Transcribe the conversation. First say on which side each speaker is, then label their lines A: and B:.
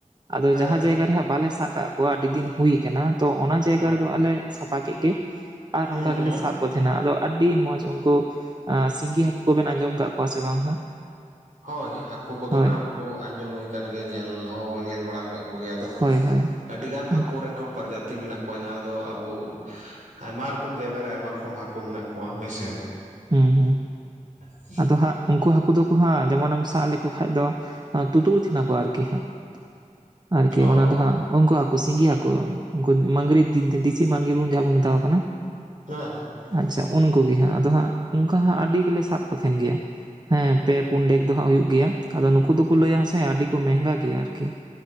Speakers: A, on the right; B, on the right.
A: ᱟᱫᱚ
B: ᱦᱮᱸ
A: ᱡᱟᱦᱟᱸ ᱡᱟᱭᱜᱟ ᱨᱮ ᱦᱟᱸᱜ ᱵᱟᱞᱮ ᱥᱟᱵ ᱠᱟᱫ ᱠᱚᱣᱟ ᱟ ᱫᱤᱱ ᱦᱩᱭ ᱟᱠᱟᱱᱟ ᱛᱚ ᱚᱱᱟ ᱡᱟᱭᱜᱟ
B: ᱦᱮᱸ
A: ᱨᱮᱫᱚ ᱟᱞᱮ ᱥᱟᱯᱷᱟ ᱠᱮᱫ ᱜᱮ ᱟᱨ
B: ᱦᱮᱸ
A: ᱱᱚᱝᱠᱟ
B: ᱦᱮᱸ
A: ᱜᱮᱞᱮ ᱥᱟᱵ ᱛᱟᱦᱮᱱᱟ ᱟᱫᱚ ᱟᱹᱰᱤ ᱢᱚᱸᱡᱽ ᱩᱱᱠᱩ ᱥᱤᱸᱜᱤ ᱦᱟᱹᱠᱩ ᱠᱚᱵᱮᱱ ᱟᱸᱡᱚᱢ ᱟᱠᱟᱫ ᱠᱚᱣᱟ ᱥᱮ ᱵᱟᱝ ᱦᱟᱸᱜ
B: ᱦᱳᱭ ᱦᱟᱹᱠᱩ ᱠᱚᱫᱚ
A: ᱦᱳᱭ
B: ᱱᱟᱦᱟᱜ ᱩᱱᱠᱩ ᱟᱸᱡᱚᱢ ᱦᱩᱭ ᱟᱠᱟᱱ ᱜᱮᱭᱟ ᱧᱮᱞ ᱦᱚᱸ ᱧᱮᱞ ᱵᱟᱲᱟ ᱟᱠᱟᱫ ᱠᱚᱜᱮᱭᱟ ᱟᱫᱚ
A: ᱦᱳᱭ ᱦᱳᱭ
B: ᱟᱹᱰᱤ ᱜᱟᱱ
A: ᱩᱱᱠᱩ
B: ᱦᱟᱹᱠᱩ ᱨᱮᱱ ᱦᱚᱸ ᱯᱨᱚᱡᱟᱛᱤ ᱢᱮᱱᱟᱜ ᱠᱚᱣᱟ ᱡᱟᱦᱟᱸ ᱫᱚ ᱟᱵᱚ ᱟᱭᱢᱟ ᱨᱚᱠᱚᱢ ᱡᱟᱭᱜᱟ ᱨᱮ ᱟᱭᱢᱟ ᱨᱚᱠᱚᱢ ᱦᱟᱠᱩ ᱢᱮᱱᱟᱜ ᱠᱚᱣᱟ ᱦᱳᱭ ᱥᱮ
A: ᱦᱩᱸ ᱦᱩᱸ
B: <unintelligible>
A: ᱛᱚ ᱦᱟᱸᱜ ᱩᱱᱠᱩ ᱦᱟᱹᱠᱩ ᱫᱚᱠᱚ ᱦᱟᱸᱜ ᱡᱮᱢᱚᱱ ᱮᱢ ᱥᱟᱵ ᱞᱮᱠᱚ ᱠᱷᱟᱱ ᱫᱚ ᱛᱩᱛᱩᱨ ᱛᱟᱦᱮᱱᱟ ᱠᱚ ᱟᱨᱠᱤ ᱦᱟᱸᱜ ᱟᱨᱠᱤ
B: ᱚ
A: ᱚᱱᱟ ᱫᱚ ᱦᱟᱸᱜ, ᱩᱱᱠᱩ ᱦᱟᱹᱠᱩ ᱥᱤᱸᱜᱤ ᱦᱟᱹᱠᱩ ᱩᱱᱠᱩ ᱢᱟᱸᱜᱽᱨᱤ ᱫᱮᱥᱤ ᱢᱟᱸᱜᱽᱨᱤ ᱵᱚ ᱡᱟᱦᱟᱸ ᱵᱚᱱ ᱢᱮᱛᱟᱣᱟ ᱠᱚ ᱠᱟᱱᱟ
B: ᱦᱮᱸ ᱦᱮᱸ
A: ᱟᱪᱪᱷᱟ ᱩᱱᱠᱩᱜᱮ ᱦᱟᱸᱜ ᱟᱫᱚ ᱦᱟᱸᱜ ᱚᱱᱠᱟ ᱦᱟᱸᱜ ᱟᱹᱰᱤ ᱜᱮᱞᱮ ᱥᱟᱵ ᱠᱚ ᱛᱟᱦᱮᱱ ᱜᱮᱭᱟ ᱦᱮᱸ ᱯᱮ ᱯᱩᱱ ᱰᱮᱠ ᱫᱚ ᱦᱟᱸᱜ ᱦᱩᱭᱩᱜ ᱜᱮᱭᱟ ᱟᱫᱚ ᱱᱩᱠᱩ ᱫᱚᱠᱚ ᱞᱟᱹᱭᱟ ᱥᱮ ᱟᱹᱰᱤ ᱠᱚ ᱢᱮᱸᱦᱜᱟ ᱜᱮᱭᱟ ᱟᱨᱠᱤ